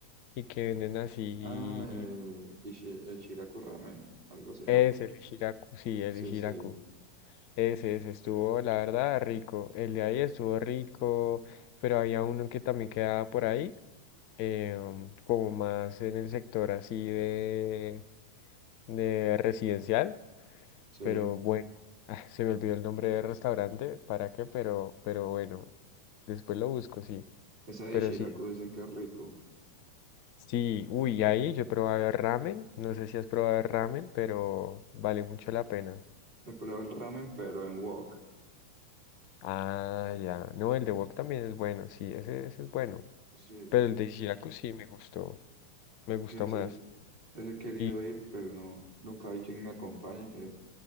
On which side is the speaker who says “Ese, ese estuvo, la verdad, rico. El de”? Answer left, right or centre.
Left